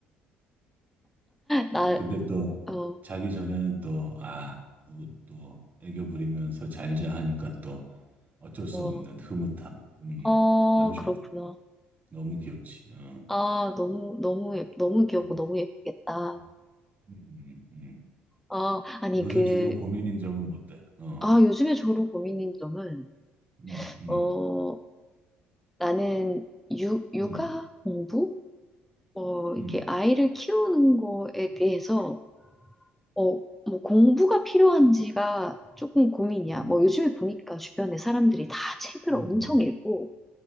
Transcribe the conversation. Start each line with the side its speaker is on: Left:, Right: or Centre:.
Centre: 나,
Right: 아, 근데 또
Centre: 어,
Right: 자기 전에는 또, 아, 또, 또 애교 부리면서 잘자 하니까 또 어쩔 수
Centre: 어,
Right: 없는 흐뭇함. 음,
Centre: 어,
Right: 아주 좋네.
Centre: 그렇구나.
Right: 너무 귀엽지. 어.
Centre: 아, 너무, 너무, 예- 너무 귀엽고
Right: 음,
Centre: 너무 예쁘겠다.
Right: 음, 음, 음. 음.
Centre: 아, 아니,
Right: 요새
Centre: 그,
Right: 주로 고민인 점은 뭔데? 어,
Centre: 아, 요즘에 저로 고민인 점은,
Right: 음, 음,
Centre: 어, 나는 육, 육아
Right: 음,
Centre: 공부? 어, 이렇게
Right: 음,
Centre: 아이를 키우는 거에 대해서, 어, 뭐 공부가 필요한지가 조금 고민이야.
Right: 음,
Centre: 뭐 요즘에 보니까 주변에 사람들이 다 책을
Right: 음, 음,
Centre: 엄청
Right: 음,
Centre: 읽고,